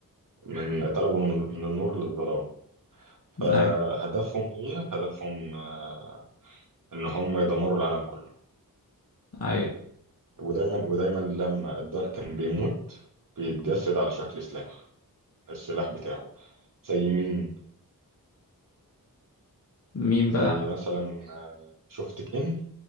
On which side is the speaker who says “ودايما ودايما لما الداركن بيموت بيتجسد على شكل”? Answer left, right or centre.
Right